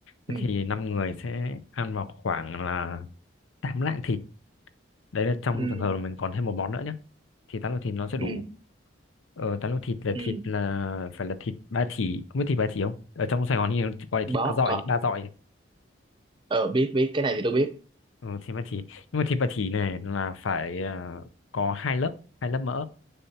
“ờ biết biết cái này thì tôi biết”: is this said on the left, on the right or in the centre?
Right